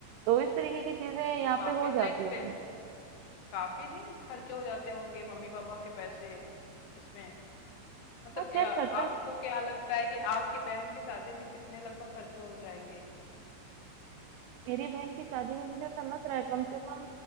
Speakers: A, on the right; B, on the left.
A: तो इस तरीके की चीजें यहाँ
B: तो काफी
A: पे हो जाती
B: तो एक्सपेंस
A: हैं
B: काफी नहीं खर्चे हो जाते होंगे मम्मी पापा के पैसे इसमें मतलब
A: हाँ
B: अ,
A: खैर
B: आपको
A: खर्चा
B: क्या लगता है कि आपकी बहन की शादी में कितने लगभग खर्चे हो जाएंगे
A: मेरी बहन की शादी में मुझे ऐसा लग रहा है कम से कम